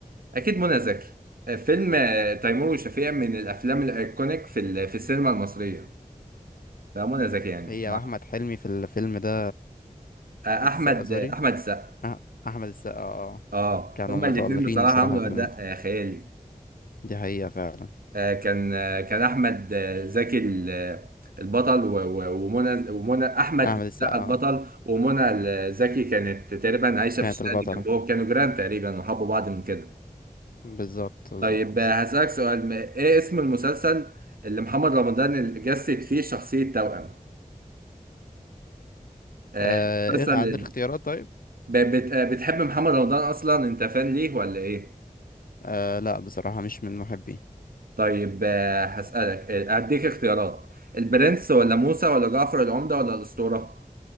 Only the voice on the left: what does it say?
هي
واحمد حلمي في الفيلم ده
احمد
السقا سوري
أح- احمد السقا اه آه.
كانوا
متألقين
بصراحة
في
الفيلم
دي حقيقة فعلا
احمد
السقا
اه
كانت
البطلة
بالظبط بالظبط
آه
إيه- عندك اختيارات طيب
آه لا بصراحة مش من محبي